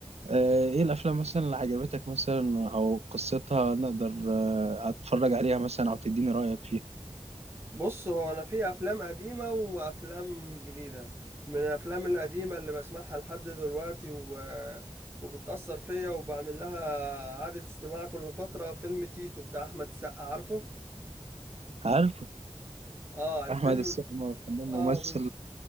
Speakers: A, on the right (about 70°); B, on the right (about 20°).
A: آه، إيه الأفلام مثلا اللي عجبتك مثلا أو قصتها نقدر آه، أتفرج عليها مثلا أو تديني رأيك فيها
B: بص هو انا في افلام قديمة وافلام جديدة من الافلام القديمة اللي بسمعها لحد دلوقتي و... وبتأثر فيا وبعمل لها عادة استماع كل فترة فيلم تيتو بتاع احمد السقا عارفه
A: عارف
B: اه الفيلم
A: أحمد السقا فنان ممثل
B: اه